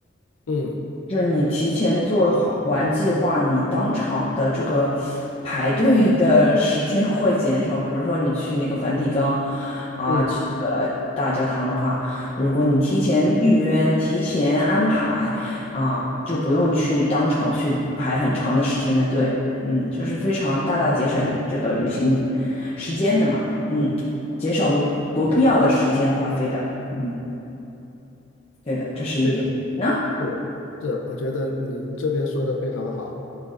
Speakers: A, on the left; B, on the left.
A: 嗯
B: 就是你提前做好完计划，你当场的这个排队的时间会减少。比如说你去那个梵蒂冈啊，
A: 嗯，
B: 去那个大教堂的话，如果你提前预约、提前安排啊，就不用去当场去排很长的时间的队。嗯，就是非常大大节省这个旅行时间的嘛。嗯，减少不不必要的时间花费的。嗯，对的，这是一点。
A: 对的。
B: 那
A: 是是，我觉得你这边说的非常好。